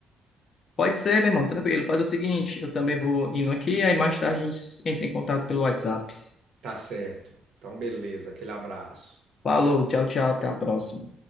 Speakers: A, on the left; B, on the right.
A: Pode ser, meu irmão, tranquilo. Faz o seguinte, eu também vou indo aqui, aí mais tarde a gente entra em contato pelo WhatsApp.
B: Tá certo. Então, beleza. Aquele abraço.
A: Falou, tchau, tchau, até a próxima.